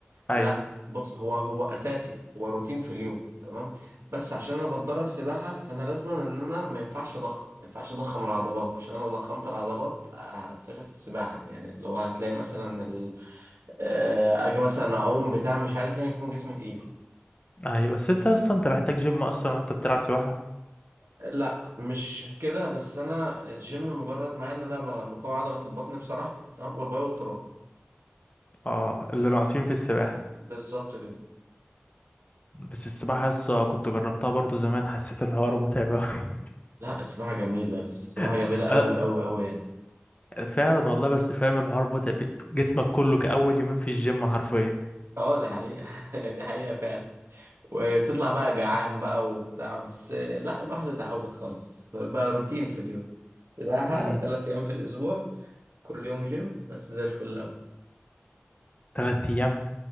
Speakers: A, on the left; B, on the right.
A: ايوه
B: لا بص هو هو اساسي هو روتين في اليوم تمام بس عشان انا بتدرب سباحه فانا لازم ان انا ما ينفعش اضخم ما ينفعش اضخم العضلات عشان انا لو ضخمت العضلات آه، هتفشخ في السباحه يعني اللي هو هتلاقي مثلا ال... آه، اجي مثلا اعوم بتاع مش عارف ايه هيكون جسمي تقيل
A: ايوه بس انت اصلا انت محتاج جيم اصلا وانت بتلعب سباحة
B: لا مش كده بس انا الجيم مجرد معايا ان انا ب- بقوي عضله البطن بصراحه تمام والباي والتراي
A: اه اللي ناقصين في السباحة
B: بالظبط كده
A: بس السباحة لسه كنت جربتها برضو زمان حسيت الحوار متعب أوي
B: لا السباحه جميله السباحه جميله
A: <laughs>
B: قوي
A: آه،
B: قوي قوي يعني
A: فعلا والله بس فاهم الحوار متعب جسمك كله كأول يومين في الجيم حرفيا
B: اه ده حقيقه <laughs> دي حقيقه فعلا وبتطلع بقى جعان بقى وبتاع بس لا الواحد اتعود خلاص بقى روتين في اليوم سباحة
A: مم،
B: تلات أيام في الأسبوع كل يوم جيم بس زي الفل أوي
A: تلات أيام